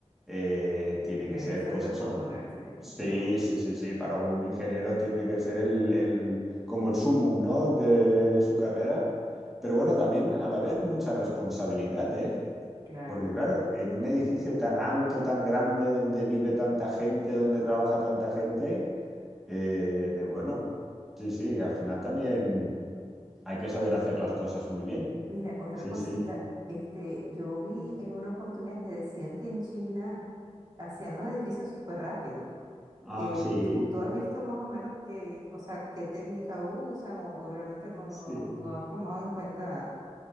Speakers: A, in the centre; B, on the right.
A: eh, tiene
B: Debe
A: que ser,
B: ser
A: pues
B: descomunal,
A: eso.
B: sí,
A: Sí,
B: ¿no?
A: sí, sí, sí. Para un ingeniero tiene que ser el, el- como el sumum, ¿no? de su carrera. Pero bueno, también a la vez mucha responsabilidad, ¿eh?
B: Claro.
A: Porque claro, en un edificio tan alto, tan grande, donde vive tanta gente, donde trabaja tanta gente, eh, bueno, sí, sí, al final también hay que saber hacer las cosas muy bien.
B: Mira, otra
A: Sí,
B: cosita,
A: sí.
B: este, yo vi en una oportunidad que decían que en China hacían los edificios súper rápido.
A: Ah,
B: Eh,
A: sí,
B: ¿tú, tú has visto más o menos qué, o sea, qué técnica usan o, o realmente no,
A: sí,
B: no, no has tomado en cuenta